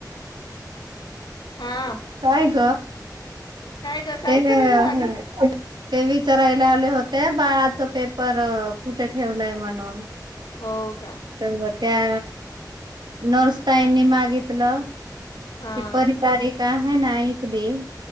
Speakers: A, on the left (about 80°); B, on the right (about 80°).
A: हा
B: काय गं
A: काय ग काय
B: ते ग
A: करायला लागली
B: ते विचारायला आल होते बाळाच पेपर कुठे ठेवलाय म्हणून
A: हो का
B: तर त्या नर्स तााईनी मागितलं
A: हा
B: की परी तारीख का हा नाहीत देव